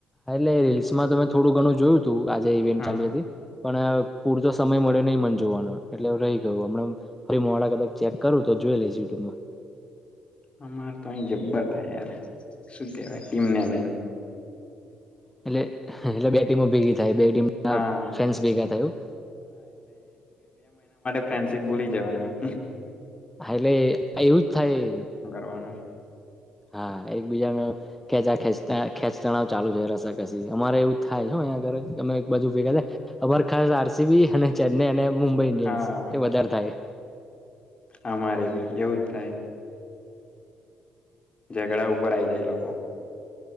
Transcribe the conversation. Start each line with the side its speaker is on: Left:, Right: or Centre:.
Centre: એટલે રીલ્સમાં તમે થોડું ઘણું જોયું. તો આજે ઇવેન્ટ
Left: હા
Centre: ચાલી હતી. પણ પૂરતો સમય મળે નહીં મન જોવાનો એટલે રહી ગયું હમણાં ફરી મોડા કદાચ. ચેક કરું તો જોઈ લઈશ યુટ્યુબમાં.
Left: અમાર તો અહી જબ્બર થાય યાર. શું કેવાય ટીમને લઈને?
Centre: એટલે એટલે બે ટીમો ભેગી થાય બે ટીમ ના
Left: હા
Centre: ફેન્સ ભેગા થાયું.
Left: ફ્રેન્ડશિપ ભૂલી જવાની.
Centre: એટલે એવું જ થાય.
Left: પણ
Centre: હા એ બીજા કેચા ખેંચતા. ખેંચ તણાવ ચાલુ છે રસાકસી અમારે એવું થાય છે અંયા ઘ અમે એક બાજુ ભેગા થાય, અમા ખાસ આર સી બી અને ચેન્નાઈ અને મુંબઈ ઈન્ડિયન્સ,
Left: હા
Centre: એ વધારે થાય.
Left: અમારે બી એવું જ થાય. ઝઘડા ઉપર આઈ જાય લોકો.